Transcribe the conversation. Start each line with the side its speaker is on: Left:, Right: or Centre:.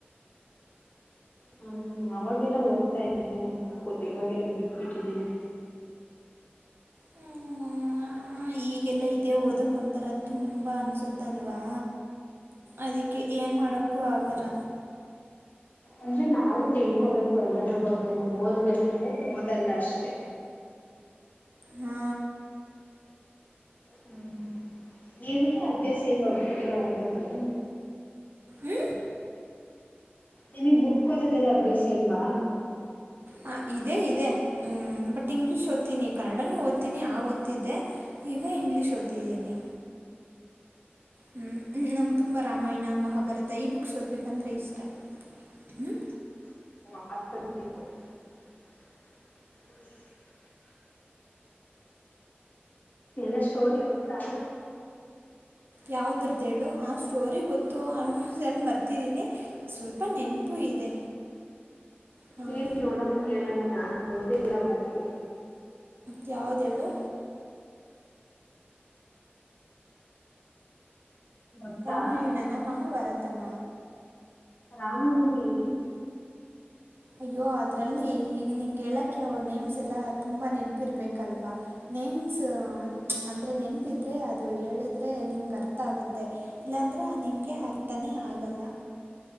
Left: ಹ್ಮ್ ಅವಾಗೆಲ್ಲ ಓದ್ತಾ ಇದ್ದೆ ನೆನ್ಪಿಟ್ ಕೊ ಇವಾಗೆಲ್ಲ ಬಿ ಬಿಟ್ಟಿದ್ದೀನಿ
Right: ಹ್ಮ ಹ ಈಗೆಲ್ಲ ಇದೇ ಓದಕ್ ಒಂಥರಾ ತುಂಬಾ ಅನ್ಸುತ್ತಲ್ವಾ? ಅದಿಕ್ಕೆ ಏನ್ ಮಾಡೋಕ್ಕೂ ಆಗಲ್ಲ.
Left: ಅಂದ್ರೆ ನಾವು ತಿಳ್ಕೋಬೇಕು ಎಲ್ಲಾದ್ರೂ. ಬಗ್ಗೆನೂ ಓದ್ಬೇಕು ಓದಲ್ಲ ಅಷ್ ಟೆ.
Right: ಹಾ.
Left: ಹ್ಮ್ ನೀವೆ ಅಭ್ಯಾಸ ಇಲ್ವ ಬುಕ್ಯೆಲ್ಲಾ ಓದೋದು.
Right: ಹ್ಮ.
Left: ನಿಮಿಗ್ ಬುಕ್ ಓದೋದ್ಯೆಲ್ಲಾ ಅಭ್ಯಾಸ ಇಲ್ವಾ.
Right: ಹ ಇದೇ ಇದೆ ಹ್ಮ್ ಬಟ್ ಇಂಗ್ಲಿಷ್ ಓದ್ತೀನಿ ಕನ್ನಡನು ಓದ್ತೀನಿ ಅ ಆಗ್ ಓದ್ತಿದ್ದೆ ಈಗ ಇಂಗ್ಲೀಷ್ ಓದ್ತಿದ್ದೀನಿ. ಹ್ಮ ನಂಗ್ ತುಂಬ ರಾಮಾಯಣ ಮಹಾಭಾರತ ಈ ಬುಕ್ಸ್ ಓದ್ಬೇಕಂದ್ರೆ ಇಷ್ಟ. ಹ್ಮ್.
Left: <unintelligible> <unintelligible> ಎಲ್ಲ ಸ್ಟೋರಿ ಗೊತ್ತಾ.
Right: ಯಾವ್ದ್ರದ್ದೇಳು ಆ ಸ್ಟೋರಿ ಗೊತ್ತು ಆಲ್ಮೋಸ್ಟಾಲ್ ಮರ್ತಿದ್ದೀನಿ ಸ್ವಲ್ಪ ನೆನ್ಪು ಇದೆ. ಹಾಂ
Left: ಹೇಳಿ ನೋಡೋಣ ಕೇಳೋಣ ನ ಓದಿಲ್ಲ ಬುಕ್ಕು.
Right: ದ್ಯಾವ್ದೆಳು.
Left: ಗೊತ್ತಾ
Right: ರಾಮಾಯಣನ ಮಹಾಭಾರತ್ ತನ.
Left: ರಾಮಾಯಣನೆ ಹೇಳಿ.
Right: ಅಯ್ಯೋ ಅದ್ರಲ್ಲಿ ಈಗ್ ನಿಂಗ್ ಹೇಳಕ್ಕೆ ಅವ್ರ್ ನೇಮ್ಸ್ ಎಲ್ಲ ತುಂಬ ನೆನ್ಪಿರ್ಬೇಕಲ್ವಾ ನೇಮ್ಸು ಅಂದ್ರೆ ನೆನ್ಪಿದ್ರೆ ಅದು ಹೇಳುದ್ರೆ ನಿಂಗ್ ಅರ್ಥ ಆಗುತ್ತೆ ಇಲ್ಲಾಂದ್ರೆ ನಿಂಗೆ ಅರ್ಥನೇ ಆಗಲ್ಲ.